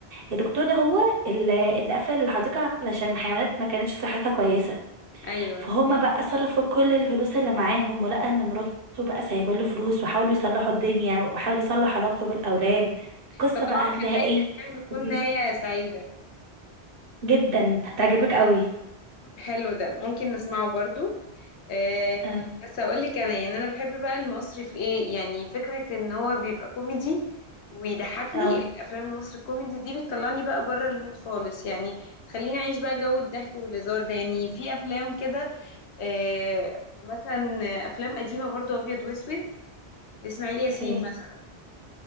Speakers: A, on the right (about 60°); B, on the left (about 85°).
A: الدكتور ده هو ال- اللي قفل الحديقة علشان الحيوانات ما كانتش صحتها كويسة
B: ايوه
A: فهم بقى صرفوا كل الفلوس اللي معاهم ولقى ان مراته بقى سايبه له فلوس وحاولوا يصلحوا الدنيا وحاولوا يصلح علاقته بالاولاد قصه
B: فطبعا
A: بقى هتلاقيها
B: في نهايه
A: ايه
B: الفيلم بتكون
A: لذيذة
B: نهايه سعيده
A: جدا هتعجبك قوي
B: حلو ده ممكن نسمعه برضو آه،
A: اه
B: بس اقول لك انا يعني انا بحب بقى المصري في ايه يعني فكره ان هو بيبقى كوميدي ويضحكني
A: آه،
B: الافلام المصري الكوميدي دي بتطلعني بقى بره المود خالص يعني بتخليني اعيش بقى جو الضحك والهزار ده يعني في افلام كده آه، مثلا افلام قديمه برضو ابيض واسود لاسماعيل ياسين
A: اوكي
B: مثلا